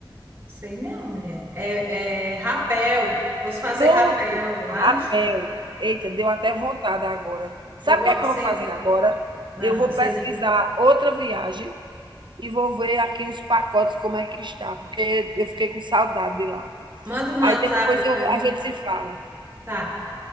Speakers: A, on the right; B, on the right.
A: Sei não, mulher. É, é rapel. Fosse fazer
B: Pronto,
A: rapel lá
B: rapel.
A: no shopping.
B: Eita, deu até vontade agora. Sabe
A: Foi bom
B: o que é que
A: assim?
B: eu vou fazer agora?
A: Não,
B: Eu vou
A: sei
B: pesquisar
A: não.
B: outra viagem e vou ver aqui os pacotes como é que está, porque eu fiquei com saudade de lá.
A: Manda no
B: Aí
A: WhatsApp
B: depois eu
A: para
B: a
A: mim.
B: gente se fala,
A: Tá.